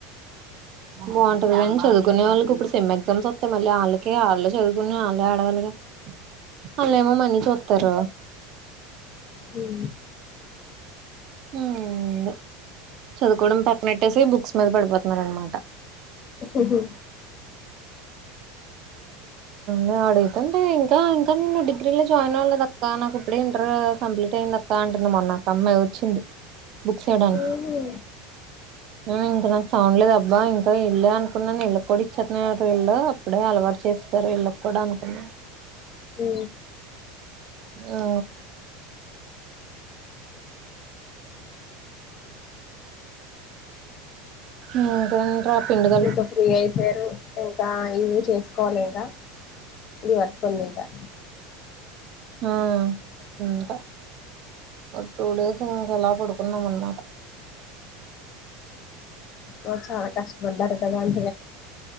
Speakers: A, on the right; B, on the left.
A: బాగుంటది కాని చదువుకునే వాళ్ళకి ఇప్పుడు సెమ్ ఎగ్జామ్స్ వత్తాయి మళ్ళీ వాళ్ళకి ఆల్లే చదువుకునే వాళ్ళు ఆడవాలిగ వాళ్ళు ఏమో మనీ చూత్తరు
B: ఉ
A: ఏందో చదువుకోవడం పక్కన పెట్టేసి బుక్స్ మీద పడిపోతున్నారు అనమాట
B: ఉహు ఓ
A: వాడు ఎతంటే ఇంకా ఇంకా నేను డిగ్రీల్లో జాయిన్ అవ్వలేదక్క నాకు ఇప్పుడే ఇంటర్ కంప్లీట్ అయిందిక్క కంటునమొన్న ఒక ఒమ్మాయి ఒచ్చింది బుక్ చేయ్డానికి
B: ఉహు
A: ఉ ఇంకా నాకు చౌంలేదు అబ్బా ఇంకా ఇల్లే అనుకున్నాను ఇల్లక్కుడా ఇచ్చేత్నాట ఇళ్లు ఇప్పుడే అలవాటు చేస్తారు ఇళ్ళకి కూడా అనుకున్న
B: ఊ
A: ఆ ఇంకా ర పిండుగా
B: ఇంకా ఫ్రీ అయిపోయారు ఇంకా ఎన్ చేస్కోలేదా ఈ వత్కని వాయ్ రా
A: ఆ ఇంకా ఒక టూ డేస్ ఇంకా ఎలా పడుకున్నాం అన్మాట
B: ఒ చాలా కష్టపడ్డాడు కదా <unintelligible>